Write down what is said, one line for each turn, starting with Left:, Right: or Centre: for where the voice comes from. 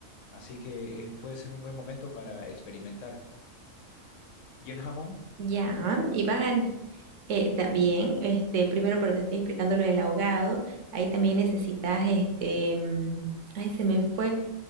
Left: Así que eh, puede ser un buen momento para experimentar. ¿Y el jamón?
Right: Ya, y bajan. eh, también, este, primero, pero te estoy explicando lo del ahogado. Ahí también necesitas, este, mm, ay, se me fue.